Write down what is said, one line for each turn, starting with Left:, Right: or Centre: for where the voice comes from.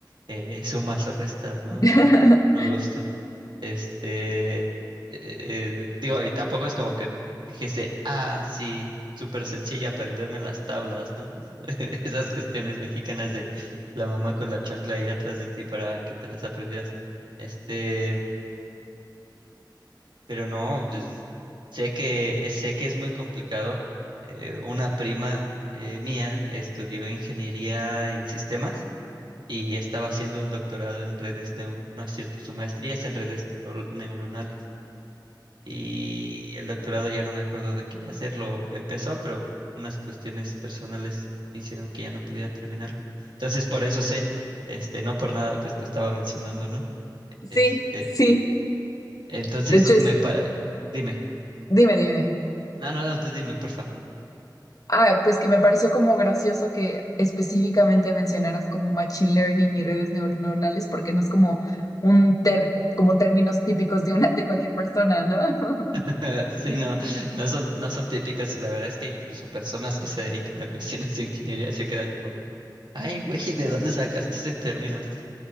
Right: eh, sumas o restas, ¿no?
Left: <laughs>
Right: Por gusto. Este, eh, eh, digo, y tampoco es como que dijese, ah, sí, súper sencilla aprenderme las tablas, ¿no? <laughs> Esas cuestiones mexicanas de la mamá con la chancla ahí atrás de ti para que te las aprendieras. Este, pero no, pues, sé que, eh, sé que es muy complicado. Eh, una prima eh, mía estudió ingeniería en sistemas y estaba haciendo un doctorado en redes neu- no es cierto, su maestría es en redes neuro- neuronales y el doctorado ya no me acuerdo de qué iba a hacerlo. Empezó, pero unas cuestiones personales hicieron que ya no podía terminarlo. Entonces, por eso sé, este, no por nada, pues lo estaba mencionando, ¿no?
Left: Sí,
Right: Este,
Left: sí,
Right: entonces
Left: de hecho es,
Right: me pa- dime.
Left: dime, dime.
Right: No, no, no, tú dime, porfa.
Left: Ah, pues que me pareció como gracioso que específicamente mencionaras como machine learning y redes neuronales, porque no es como un ter- como términos típicos de una de cualquier persona, ¿no? <laughs>
Right: <laughs> Sí, no, no son, no son típicas y la verdad es que incluso personas que se dedican a cuestiones de ingeniería se quedan como de, ay, güey, ¿de dónde sacaste ese término, no?"